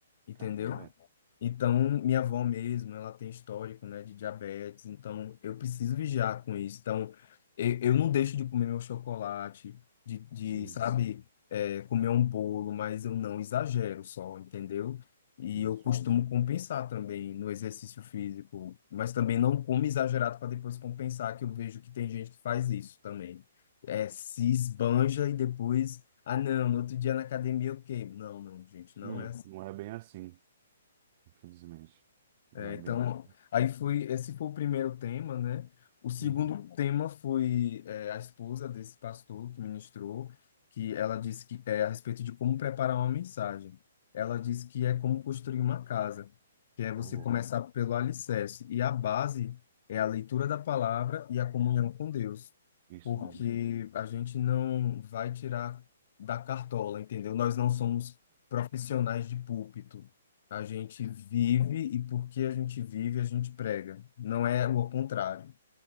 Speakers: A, on the left; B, on the right.
A: entendeu?
B: Caramba, é.
A: Então, minha avó mesmo, ela tem histórico, né, de diabetes, então eu preciso vigiar com isso. Então, eu, eu não deixo de comer meu chocolate, de, de
B: Sim,
A: sabe, é, comer um bolo, mas eu não exagero só, entendeu? E
B: isso.
A: eu costumo compensar também no exercício físico, mas também não como exagerado para depois compensar, que eu vejo que tem gente que faz isso também. É, se esbanja e depois, ah, não, no outro dia na academia eu queimo. Não, não, gente, não
B: Hum,
A: é assim.
B: não é bem assim, infelizmente.
A: É,
B: Não é
A: então,
B: bem assim.
A: aí foi, esse foi o primeiro tema, né? O segundo
B: Uhum.
A: tema foi é, a esposa desse pastor que ministrou, que ela disse que é a respeito de como preparar uma mensagem. Ela disse que é como construir uma casa, que é você
B: Ô, louco.
A: começar pelo alicerce. E a base é a leitura da palavra e a comunhão com Deus,
B: Isso
A: porque
B: mesmo.
A: a gente não vai tirar da cartola, entendeu? Nós não somos profissionais de púlpito. A gente vive e porque a gente vive, a gente prega. Não é o contrário,